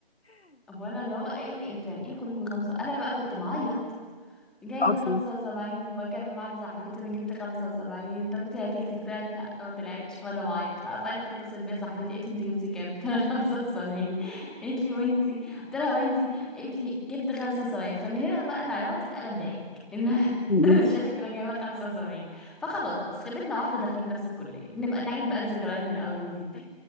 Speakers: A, in the centre; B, on the left (about 85°).
A: هو انا اللي هو ايه انتوا يعني ايه كلكم خمسه انا بقى كنت بعيط جايبة
B: <laughs> أصلا
A: خمسة وسبعين وبكلم واحدة صاحبتي أنا جبت خمسة وسبعين طب انتي هتكتك طلعت لأ ما طلعتش وأنا بعيط فقفلت اتصل بيا صاحبتي قالت لي انت جبتي كام؟ قلت لها <laughs> خمسة وسبعين قالت لي وانتي؟ قلت لها وانتي؟ قالت لي جبت خمسة وسبعين فمن هنا بقى العياط اتقلب ضحك إن <laughs>
B: م-
A: الشلة كلها جايبة خمسة وسبعين فخلاص خيبتنا واحدة داخلين نفس الكلية نبقى نعيد بقى الذكريات من أول وجديد